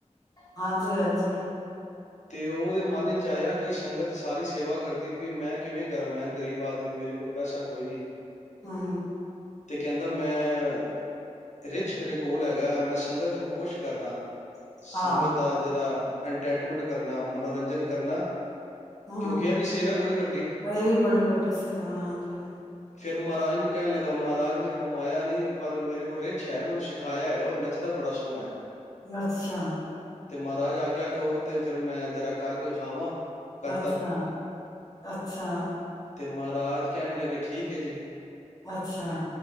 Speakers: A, on the left; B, on the left.
A: ਹਾਂਜੀ ਹਾਂਜੀ
B: ਤੇ ਉਹਦੇ ਮਨ ਵਿੱਚ ਆਇਆ ਕਿ ਸੰਗਤ ਸਾਰੀ ਸੇਵਾ ਕਰਦੀ ਵੀ ਮੈਂ ਕਿਵੇਂ ਕਰਾਂ ਮੈਂ ਗ਼ਰੀਬ ਆਦਮੀ ਮੇਰੇ ਕੋਲ ਪੈਸਾ ਕੋਈ ਨਹੀਂ
A: ਹੂੰ
B: ਤੇ ਕਹਿੰਦਾ ਮੈਂ ਰਿਛ ਮੇਰੇ ਕੋਲ ਹੈਗਾ ਹੈਗਾ ਮੈਂ ਸੰਗਤ ਨੂੰ ਖੁਸ਼ ਕਰਨਾ ਸੰਗਤ
A: ਹਾਂ,
B: ਦਾ ਜਿਹੜਾ ਇਨਮੈਂਟ ਕਰਨਾ ਮਨੋਰੰਜਨ ਕਰਨਾ
A: ਹਮ
B: ਕਿਉਂਕਿ ਇਹ ਵੀ ਸੇਵਾ ਬੜੀ ਵੱਡੀ
A: ਇਹ ਵੀ ਬੜੀ ਵੱਡੀ ਸਵਾ ਹਾਂਜੀ ਹ
B: ਫੇਿਰ ਮਹਾਰਾਜ ਨੂੰ ਕਹਿਣ ਲੱਗਾ ਮਹਾਰਾਜ ਮੇਰੇ ਕੋਲ ਮਾਇਆ ਨਹੀਂ ਪਰ ਮੇਰੇ ਕੋਲ ਰਿਛ ਹੈ ਮੈਨੂੰ ਸਿਖਾਇਆ ਉਹ ਨੱਚਦਾ ਬੜਾ ਸੋਹਣਾ ਹੈ
A: ਅੱਛਾ
B: ਤੇ ਮਹਾਰਾਜ ਆਗਿਆ ਕਹੋ ਤੇ ਫੇਿਰ ਮੈਂ ਜਰਾ ਕਰਕੇ ਵਿਖਾਵਾਂ ਕਰਤਬ
A: ਅੱਛਾ ਅੱਛਾ
B: ਤੇ ਮਹਾਰਾਜ ਕਹਿਣ ਲੱਗੇ ਠੀਕ ਹੈ ਜੀ
A: ਅੱਛਾ